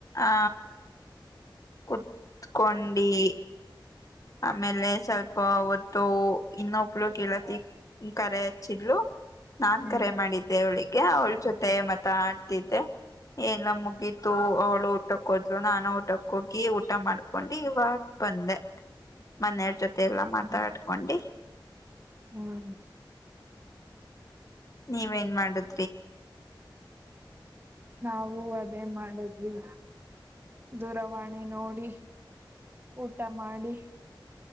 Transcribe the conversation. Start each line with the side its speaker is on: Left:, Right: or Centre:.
Left: ಆ ಕುತ್ಕೊಂಡಿ ಆಮೇಲೆ ಸ್ವಲ್ಪ ಹೊತ್ತು ಇನ್ನುೂ ಉಪಯೋಗ ಇಲ್ಲತಿ ಕರೆ ಹಚ್ಚಿದ್ಲು ನಾನ್
Right: ಹ್ಮ್
Left: ಕರೆ ಮಾಡಿದ್ದೆ ಅವಳಿಗೆ ಅವಳ ಜೊತೆ ಮತ್ತ ಎಲ್ಲ ಮುಗೀತು ಅವಳು ಊಟಕ್ಕೆೋದ್ರು ನಾನು ಊಟಕ್ಕೆ ಹೋಗಿ ಊಟ ಮಾಡ್ಕೊಂಡು ಇವಾಗ ಬಂದೆ ಮನೆಯರ ಜೊತೆ ಎಲ್ಲಾ ಮಾತಾಡ್ಕೊಂಡು
Right: ಹ್ಮ್ ಹ್ಮ್
Left: ನೀವೇನ್ ಮಾಡುದು
Right: ನಾವು ಅದೇ ಮಾಡದ್ವಿ ದೂರವಾಣಿ ನೋಡಿ ಊಟ ಮಾಡಿ